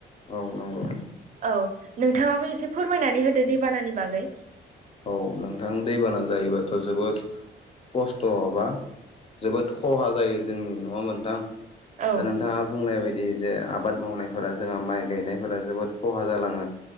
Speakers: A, on the left; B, on the right.
A: औ नंगौ।
B: औ नोंथाङाबो एसे फोरमायनानै होदो दैबानानि बागै।
A: औ नोंथां दैबाना जायोबाथ जोबोद खस्थ' बा जोबोद खहा जायो जोंनि नङामोनोंथां दा
B: औ
A: नोंथ नोंथाङा बुंनाय बायदि जे आबाद मावनायफोरा जोंहा माइ गायनायफोरा जोबोद खहा जालाङो।